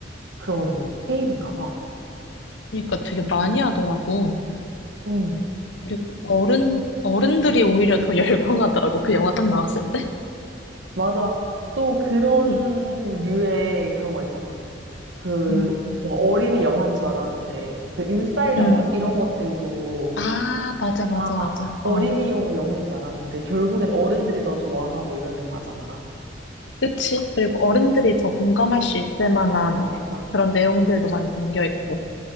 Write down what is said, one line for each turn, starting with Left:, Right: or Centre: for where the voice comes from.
Right: 그런 게임인가 봐.
Left: 그러니까 되게 많이 하더라고.
Right: 응,
Left: 그리고 어른, 어른들이 오히려 더 <laughs> 열광하더라고. 그 영화 딱 나왔을 때.
Right: 맞아. 또 그런
Left: 음,
Right: 류의 그런 거 있잖아. 그,
Left: 음,
Right: 뭐, 어린이 영화인 줄 알았는데, 그, 인사이드
Left: 음.
Right: 아웃? 이런 것들도,
Left: 아, 맞아, 맞아,
Right: 아,
Left: 맞아.
Right: 어린이용
Left: 어,
Right: 영화인 줄 알았는데, 결국엔 어른들이 더 좋아하고 이런 영화잖아.
Left: 그치? 그리고 어른들이 더 공감할 수 있을 만한
Right: 맞아, 맞아.
Left: 그런 내용들도 많이 담겨 있고.